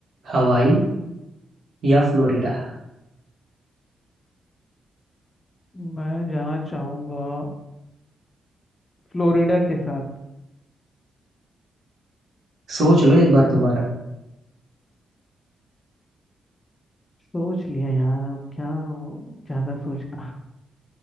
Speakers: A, on the right (about 65°); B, on the left (about 25°).
A: हवाई या फ्लोरिडा
B: मैं जाना चाहूंगा फ्लोरिडा के साथ
A: सोच लो एक बार दोबारा
B: सोच लिया यार अब क्या वो- ज्यादा सोचना